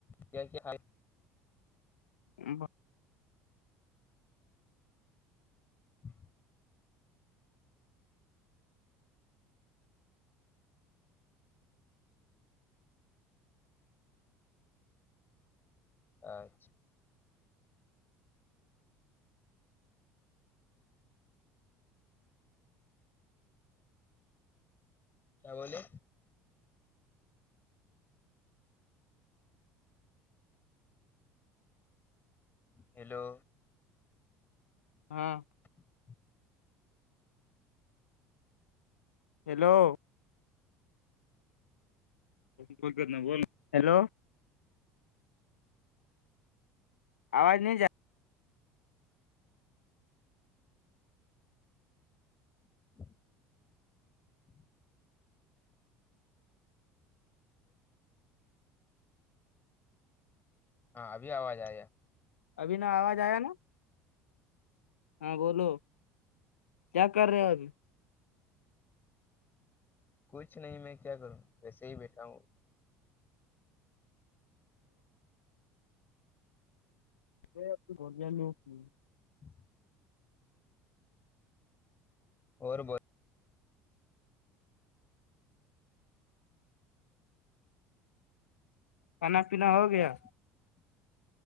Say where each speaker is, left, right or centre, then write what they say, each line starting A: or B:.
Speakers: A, on the left; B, on the left.
A: کیا کہ <inaudible>
B: ب <inaudible> <inaudible>
A: ہ <inaudible> <inaudible> اچھا کیا بولے ہیلو
B: ہاں
A: <inaudible> <inaudible>
B: ہیلو کوئیول ہیلو <inaudible> آواز نہیں جائے
A: <inaudible> <inaudible> ہاں ابھی آواز آ
B: ابھی نا آواز آیا نا ہاں بولو کیا کر رہے ابھی
A: کچھ نہیں میں کیا کروں ویسے ہی بیٹھا ہوں
B: یہب بولیا لوگ نہیں <inaudible>
A: ہوں <inaudible> اور بہت
B: کھانا پینا ہو گیا
A: <inaudible> <inaudible>